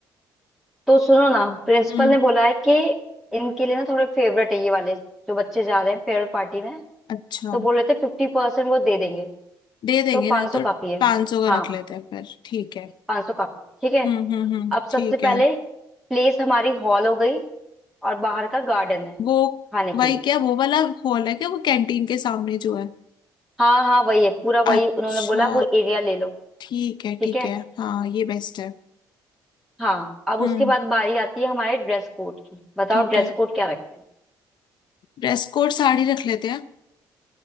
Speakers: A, in the centre; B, on the left (about 65°).
A: तो सुनो ना प्रिंसिपल
B: हम्म
A: ने बोला है कि इनके लिए ना थोड़े फेवरेट है ये वाले जो बच्चे जा रहे हैं फेयरवेल पार्टी में
B: अच्छा
A: तो बोल रहे थे फिफ्टी परसेंट वो दे देंगे
B: दे देंगे
A: तो पाँच
B: ना
A: सौ
B: तो
A: काफी है
B: पाँच सौ का
A: हाँ
B: रख लेते हैं फिर ठीक है
A: पाँच सौ काफी है ठीक है
B: हम्म हम्म हम्म
A: अब
B: ठीक
A: सबसे
B: है
A: पहले प्लेस हमारी हॉल हो गई और बाहर का गार्डन है
B: वो
A: खाने के
B: भाई
A: लिए
B: क्या वो वाला हॉल है क्या वो कैंटीन के सामने जो है
A: हाँ हाँ वही है पूरा वही
B: अच्छा
A: उन्होंने बोला वो एरिया ले लो
B: ठीक है
A: ठीक
B: ठीक
A: है
B: है हाँ ये बेस्ट है
A: हाँ अब
B: हम्म
A: उसके बाद बारी आती है हमारे ड्रेस कोड की बताओ
B: ठीक
A: ड्रेस
B: है
A: कोड क्या रखें
B: ड्रेस कोड साड़ी रख लेते हैं